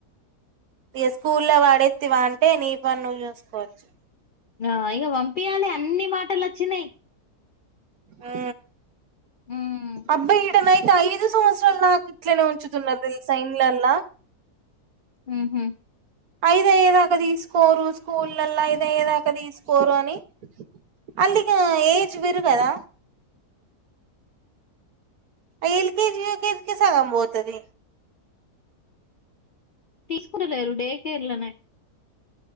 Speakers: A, on the right (about 65°); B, on the left (about 65°).
A: ఇగా స్కూల్లో వాడేత్తివి అంటే నీ పని నువ్వు చూసుకోవచ్చు.
B: ఆ ఇగా వంపియాలే అన్ని మాటలు అచ్చినయి.
A: ఆ
B: ఉమ్
A: అబ్బా ఈడనయితే ఐదు సంవత్సరాలు నాకు అట్లనే ఉంచుతున్నరు తెల్సా ఇల్లల్లా.
B: హుహ్
A: ఐదు అయ్యేదాకా తీసుకోరు స్కూళ్ళల్లా ఐదు అయ్యేదాకా తీసుకోరు అని. ఆళ్ళు ఇగా ఏజ్ పెరుగదా. ఆ ఎల్కేజి, యూకేజికే సగం పోతది.
B: తీసుకుంటలేరు డే కేర్లనే.